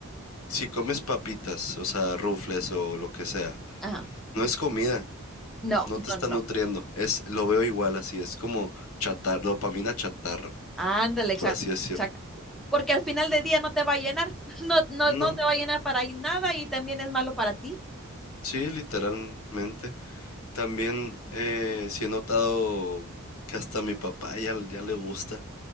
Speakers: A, on the left; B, in the centre.
A: si comes papitas, o sea, rufles o lo que sea,
B: ajá.
A: no es comida,
B: No,
A: no
B: no,
A: te está
B: no, no.
A: nutriendo, es, lo veo igual así, es como chatar, dopamina chatarra,
B: Ándale, exacto.
A: por así decirlo.
B: exacto. Porque al final del día no te va a llenar, <laughs> no, no,
A: No,
B: no te va a llenar para nada y también es malo para ti.
A: sí, literalmente. También eh, sí he notado que hasta a mi papá ya, ya le gusta.